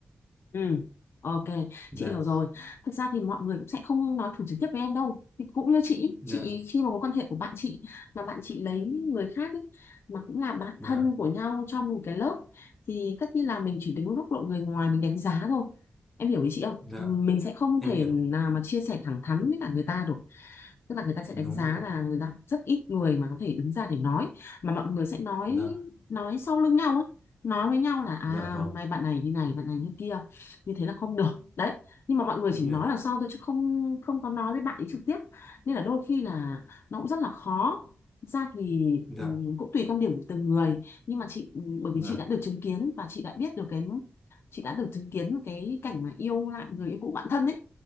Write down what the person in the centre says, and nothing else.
dạ
dạ
dạ
dạ
em
hiểu
đúng
rồi
dạ
dạ vâng
em
hiểu
dạ
dạ